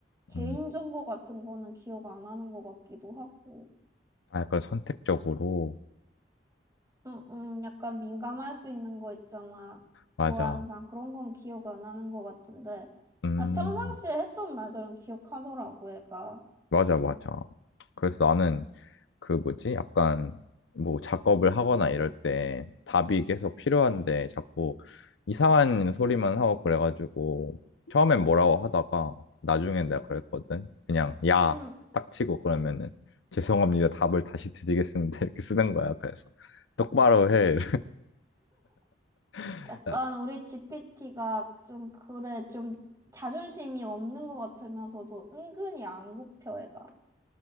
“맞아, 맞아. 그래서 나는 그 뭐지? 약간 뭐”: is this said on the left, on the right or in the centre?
Left